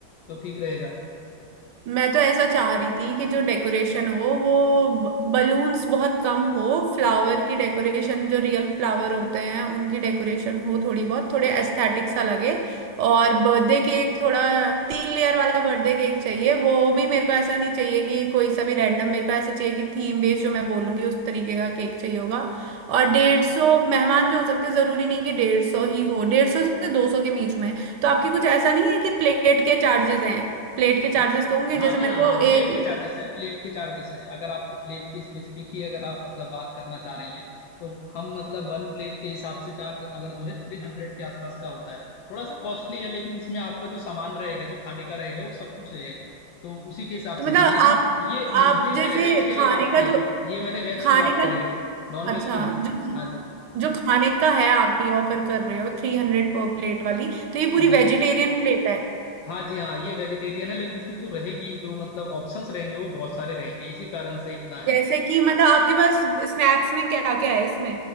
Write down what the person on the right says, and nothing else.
मैं तो ऐसा चाह रही थी कि जो डेकोरेशन हो वो बलून्स बहुत कम हो फ्लावर की डेकोरेशन जो रियल फ्लावर होते हैं उनकी डेकोरेशन हो थोड़ी बहुत थोड़े एस्थेटिक सा लगे और बर्थडे केक थोड़ा तीन लेयर वाला बर्थडे केक चाहिए वो भी मेरे को ऐसा नहीं चाहिए कि कोई सा भी रैंडम मेरे को ऐसा चाहिए कि थीम बेस्ड जो मैं बोलूंगी उस तरीके का केक चाहिए होगा और डेढ़ सौ मेहमान जो हो सकते हैं जरूरी नहीं कि डेढ़ सौ ही हो डेढ़ सौ से दो सौ के बीच में तो आपकी कुछ ऐसा नहीं है कि प्लेट के चार्जेस हैं प्लेट के
चार्जेस तो होंगे
जैसे
मेरे
को
एक
तो
मतलब
आप
आप जैसे
खाने
का
जो
खाने
का
अच्छा
जो
जो खाने का है आप भी ऑफर कर रहे हो थ्री हंड्रेड पर प्लेट वाली तो ये पूरी
वेजिटेरियन प्लेट है
जैसे कि मतलब आपके पास स्नैक्स में क्या क्या है इसमें